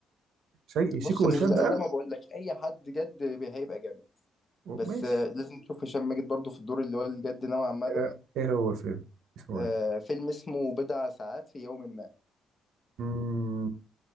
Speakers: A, on the right; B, on the left.
A: شي...
B: بص
A: شيكو
B: انا
A: وهشام
B: ز-
A: بقى
B: زي ما بقول لك اي حد جد بي- هيبقى جامد بس
A: ماشي
B: آه، لازم تشوف هشام ماجد برضو في الدور اللي هو الجد نوعا ما
A: آه،
B: ده
A: ايه هو فيلم اسمه
B: آه،
A: ايه
B: فيلم اسمه بضع ساعات في يوم ما
A: مم...